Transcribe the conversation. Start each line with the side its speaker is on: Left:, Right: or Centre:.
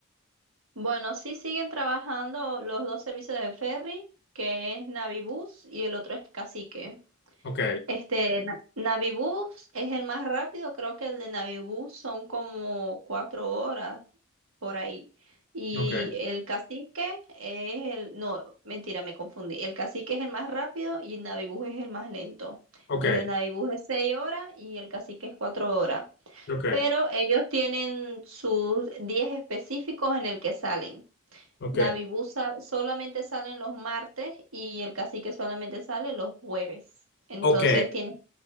Right: Bueno, sí siguen trabajando los dos servicios de ferry, que es Navibus y el otro es Cacique.
Left: Ok,
Right: Este, Na- Navibus es el más rápido, creo que el de Navibus son como cuatro horas por ahí. Y
Left: ok,
Right: el cacique es el, no, mentira, me confundí. El cacique es el más rápido y Navibus es el más lento.
Left: ok.
Right: El de Navibus es seis horas y el cacique es cuatro horas.
Left: Ok,
Right: Pero ellos tienen sus días específicos en el que salen.
Left: ok.
Right: Navibus sa- solamente salen los martes y el cacique solamente sale los jueves. Entonces
Left: Ok,
Right: tienen